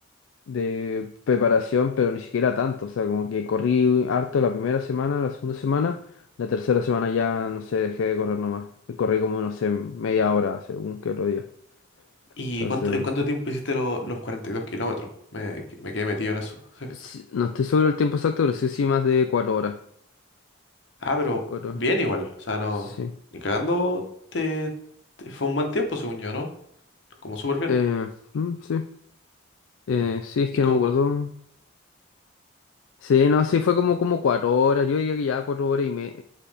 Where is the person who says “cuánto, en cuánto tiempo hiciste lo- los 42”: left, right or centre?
Left